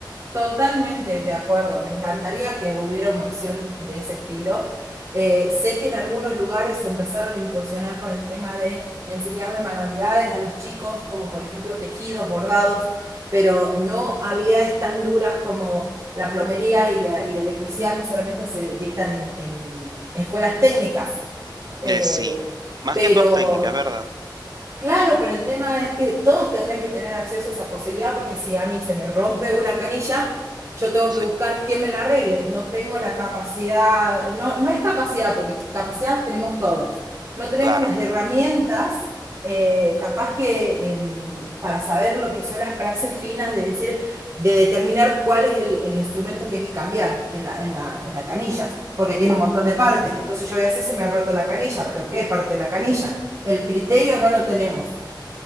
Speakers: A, on the right; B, on the right.
A: Totalmente de acuerdo, me encantaría que hubiera una opción de ese estilo. Eh, sé que en algunos lugares se empezaron a incursionar con el tema de enseñarle manualidades a los chicos, como por ejemplo tejidos, bordados, pero no habilidades tan duras como la plomería y la, y la electricidad que solamente se dictan en, en escuelas técnicas. Eh,
B: Eh, sí, más
A: pero
B: que todas técnicas, ¿verdad?
A: Claro, pero el tema es que todos tendrían que tener acceso a esa posibilidad porque si a mí se me rompe una canilla, yo tengo
B: Sí,
A: que buscar quién me la arregle. No tengo la capacidad, no, no es capacidad, porque capacidad tenemos todos. No tenemos
B: claro.
A: las herramientas, eh, capaz que em, para saber lo que son las praxias finas, de decir, de determinar cuál es el, el instrumento que hay que cambiar en la, en la, en la canilla, porque tiene un montón de partes. Entonces yo voy a decir, se me ha roto la canilla, pero ¿qué parte de la canilla? El criterio no lo tenemos